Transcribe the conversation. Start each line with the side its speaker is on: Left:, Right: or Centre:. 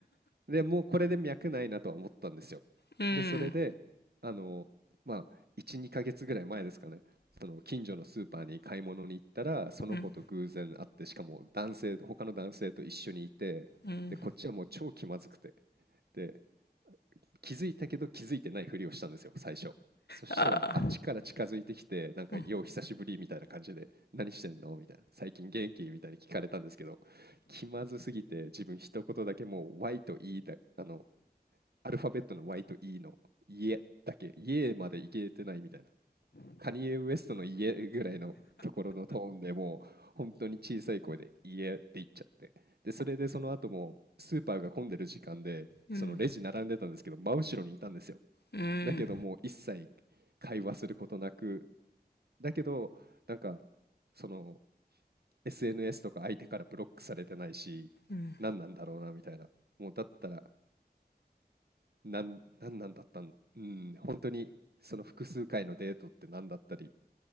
Right: で、もうこれで脈ないなとは思ったんですよ。
Left: <laughs> うん、
Right: で、それで、あの、まあ、1、2ヶ月ぐらい前ですかね、その近所のスーパーに買い物に行ったら、その子と偶然会って、
Left: うん、
Right: しかも男性、他の男性と一緒にいて、
Left: うん。
Right: で、こっちはもう超気まずくて、で、気づいたけど気づいてないふりをしたんですよ、最初。そしたら、
Left: ああ、
Right: あっちから近づいてきて、なんか、
Left: うん、
Right: よう久しぶりみたいな感じで、何してんのみたいな、最近元気みたいに聞かれたんですけど、気まずすぎて、自分一言だけもう、Y と E だ、あの、アルファベットの Y と E の家だけ、家までいけてないみたいな。カニエ・ウエストの家ぐらいのところのトーンでもう、本当に小さい声で家って言っちゃって。で、それでその後も、スーパーが混んでる時間で、
Left: うん、
Right: そのレジ並んでたんですけど、真後ろにいたんですよ。
Left: うん。
Right: だけどもう一切会話することなく、だけど、なんか、その SNS とか相手からブロックされてないし、
Left: うん、
Right: 何なんだろうなみたいな。もうだったらなん、なんなんだったんうん、本当にその複数回のデートって何だったり